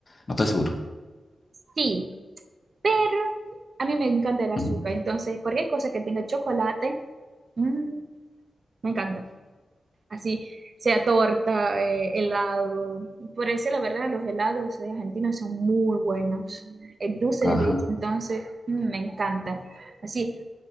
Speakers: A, on the left; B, on the right.
A: no estoy seguro.
B: sí, pero a mí me encanta el azúcar.
A: Ujú,
B: Entonces, cualquier cosa que tenga chocolate, mm, me encanta. así sea torta, eh, helado. Por eso la verdad los helados de Argentina son muy buenos. El dulce
A: Ajá,
B: de leche entonces mm, me encanta. Así,